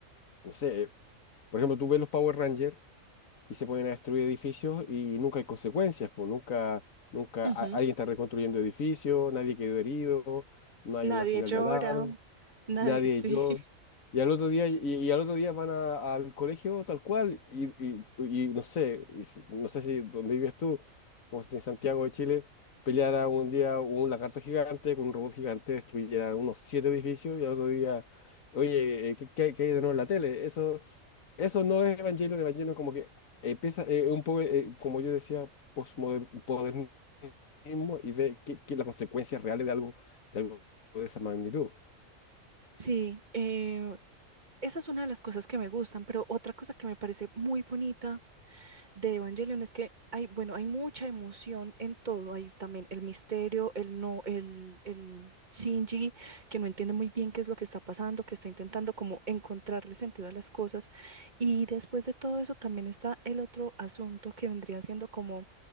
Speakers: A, on the left; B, on the right.
A: no sé, eh, por ejemplo, tú ves los Power Rangers y se ponen a destruir edificios y nunca hay consecuencias, pues nunca, nunca
B: Ujú.
A: a- alguien está reconstruyendo edificios, nadie quedó herido, no hay
B: Nadie
A: una señal
B: llora,
A: de alarma.
B: nadie,
A: Nadie,
B: sí,
A: yo.
B: <laughs>
A: Y al otro día, y, y al otro día van a- al colegio tal cual, y, y- y no sé, y si- no sé si donde vives tú, como si en Santiago de Chile, peleara un día un lagarto gigante con un robot gigante, destruyera unos siete edificios, y al otro día, oye, eh, ¿qué, qué- qué hay de nuevo en la tele? Eso, eso no es Evangelion, Evangelion como que empieza eh, un poco, eh, como yo decía, postmodernismo y ve que, que las consecuencias reales de algo, de algo de esa magnitud.
B: sí, eh, Esa es una de las cosas que me gustan, pero otra cosa que me parece muy bonita de Evangelion es que hay, bueno, hay mucha emoción en todo. Hay también el misterio, el no, el, el Shinji, que no entiende muy bien qué es lo que está pasando, que está intentando como encontrarle sentido a las cosas. Y después de todo eso también está el otro asunto que vendría siendo como